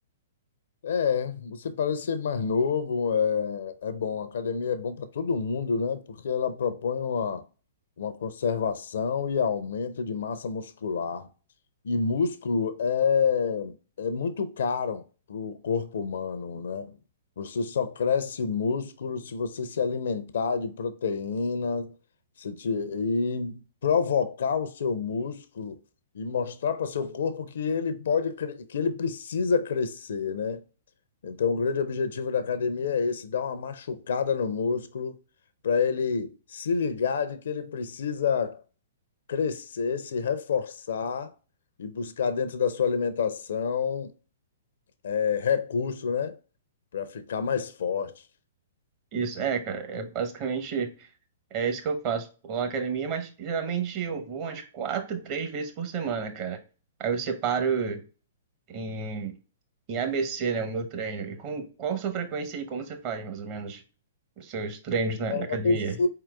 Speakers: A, on the left (about 55°); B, on the right (about 35°).
A: É, você parece ser mais novo, é, é bom. A academia é bom para todo mundo, né? Porque ela propõe uma, uma conservação e aumento de massa muscular. E músculo é, é muito caro para o corpo humano, né? Você só cresce músculo se você se alimentar de proteína, se te- e provocar o seu músculo e mostrar para seu corpo que ele pode, cre- que ele precisa crescer, né? Então, o grande objetivo da academia é esse, dar uma machucada no músculo para ele se ligar de que ele precisa crescer, se reforçar e buscar dentro da sua alimentação é, recurso, né, para ficar mais forte.
B: Isso, é, cara, é basicamente é isso que eu faço. Vou à academia, mas geralmente eu vou umas quatro, três vezes por semana, cara. Aí eu separo em, em ABC, né, o meu treino. E com qual sua frequência aí, como você faz, mais ou menos, os seus treinos na, na academia?
A: ABC,